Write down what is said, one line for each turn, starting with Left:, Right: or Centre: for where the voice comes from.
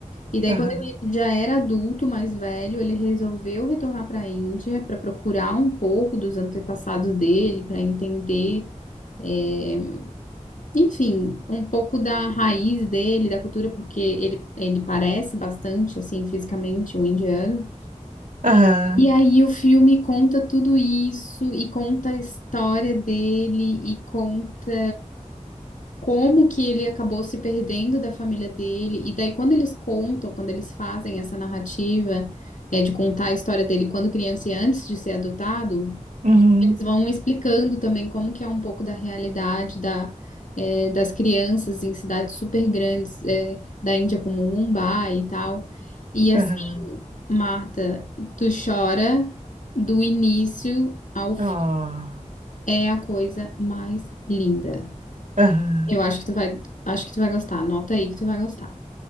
Left: E daí,
Right: aham,
Left: quando ele já era adulto, mais velho, ele resolveu retornar para a Índia para procurar um pouco dos antepassados dele, para entender. é, Enfim, um pouco da raiz dele, da cultura, porque ele, ele parece bastante, assim, fisicamente um indiano.
Right: aham,
Left: E aí o filme conta tudo isso e conta a história dele e conta como que ele acabou se perdendo da família dele. E daí, quando eles contam, quando eles fazem essa narrativa, é, de contar a história dele quando criança e antes de ser adotado.
Right: uhum,
Left: Eles vão explicando também como que é um pouco da realidade da, eh, das crianças em cidades super grandes, eh, da Índia, como Mumbai e tal. E assim,
Right: aham,
Left: Marta, tu chora do início ao fim.
Right: ah,
Left: É a coisa mais linda.
Right: aham.
Left: Eu acho que tu vai, acho que tu vai gostar. Anota aí que tu vai gostar.